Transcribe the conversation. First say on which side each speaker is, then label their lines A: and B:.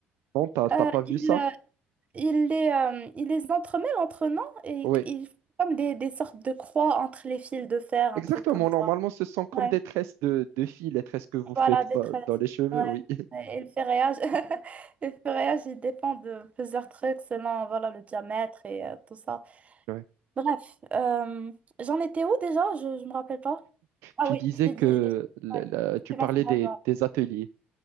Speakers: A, on the right; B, on the right.
A: Non, t'as t'as
B: Euh,
A: pas vu
B: il,
A: ça?
B: euh, il les, euh, il les entremêle entre eux, non? Et
A: Oui.
B: il fait comme des, des sortes de croix entre les fils de fer,
A: Exactement,
B: un truc comme
A: normalement,
B: ça.
A: ce sont comme
B: Ouais,
A: des tresses de, de filles, les tresses que vous faites
B: voilà, détresse.
A: euh, dans les cheveux,
B: Ouais.
A: oui.
B: Et et le ferrillage, <laughs> le ferrillage, il dépend de plusieurs trucs selon voilà, le diamètre et euh, tout ça.
A: <laughs> Ouais.
B: Bref, euh, j'en étais où déjà? Je, je me rappelle pas. Ah
A: Tu
B: oui,
A: disais
B: je t'ai
A: que
B: dit. Ouais,
A: la- la- tu
B: c'est
A: parlais
B: bon, c'est bon,
A: des, des ateliers.